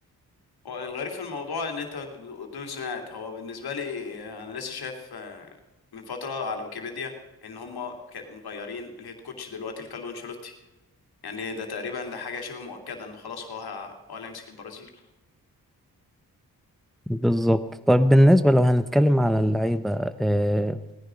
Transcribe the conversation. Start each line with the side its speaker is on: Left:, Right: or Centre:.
Left: هو الغريب في الموضوع ان انت دول سمعت هو بالنسبه لي آه، انا لسه شايف آه، من فتره على ويكيبيديا ان هم كانت مغيرين الهيد كوتش دلوقتي لكارلو انشيلوتي يعني ده تقريبا ده حاجه شبه مؤكده ان خلاص هو ه- هو اللي هيمسك البرازيل
Centre: بالظبط طيب بالنسبة لو هنتكلم على اللعيبة آه،